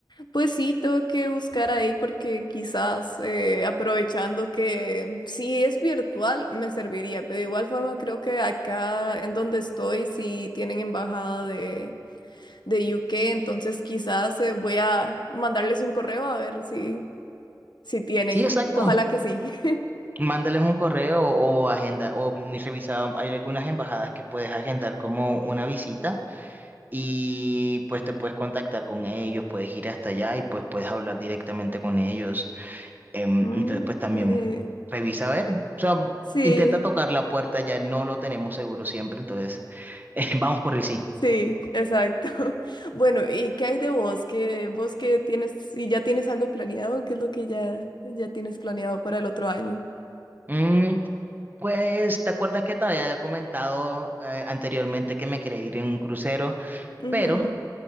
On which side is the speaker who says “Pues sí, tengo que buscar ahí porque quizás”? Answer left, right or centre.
Left